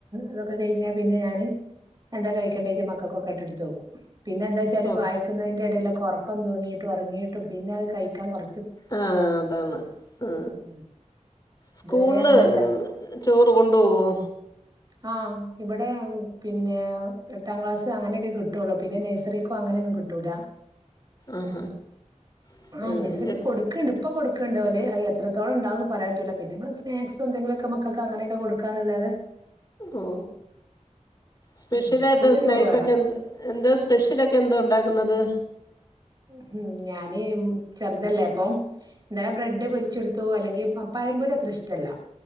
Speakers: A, on the right; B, on the left.
A: ഇതൊക്കെ കഴിഞ്ഞാൽ പിന്നെ ഞാന് എന്താ കൈകണ്ടി വെച്ച മക്കൾക്കൊക്കെ <unintelligible> വെക്കും പിന്നെന്താ വെച്ചാൽ
B: ഓഹ്
A: വായിക്കുന്നെന്റെ എടയിലൊ ക്കൊറക്കം തൂങ്ങിയിട്ടും ഒറങ്ങിയിട്ടും പിന്നെ അത് കയിക്കാൻ കൊർ
B: ആ അത ആന്ന് ആ
A: ഉം
B: സ്കൂൾല്
A: ഇതുവരെ അങ്ങനെയല്ല
B: ചോറു കൊണ്ടോവോ
A: ആ ഇവിടെ പിന്നെ എട്ടാം ക്ലാസ് അങ്ങനെക്കെ കിട്ടൊള്ളൂ പിന്നെ നെയ്സറീക്കും അങ്ങനെകിട്ടൂല
B: ആഹ് ഹാ
A: ആ നസറീക്ക്
B: എട്ട്
A: കൊടുക്ക്ണ്ട് ഇപ്പൊ കൊട് ക്ക്ണ്ട് ഓല് അയ് എത്രത്തോളം ഉണ്ടാവും പറയാൻ പറ്റുല്ല പിന്നെ നമ്മള് സ്നാക്സ് എന്തെങ്കിലുമൊക്കെ മക്കൾക്ക് അങ്ങനെയൊക്കെ കൊടുക്കാന്നല്ലാതെ
B: ഓ സ്പെഷ്യലായിട്ട്
A: ഉം സ്കൂളില്
B: സ്നാക്സ്
A: ചോറ് വേണം
B: ഒക്കെ എ എന്താ സ്പെഷ്യൽ എന്തോ ഉണ്ടാക്കുന്നത്
A: ഹും ഞാന് ചെറുതല്ലേ അപ്പം ഇന്നലെ ബ്രഡ് പൊരിച്ചു കൊടുത്തു അല്ലെങ്കി പഴംപൊരി അത്ര ഇഷ്ടല്ല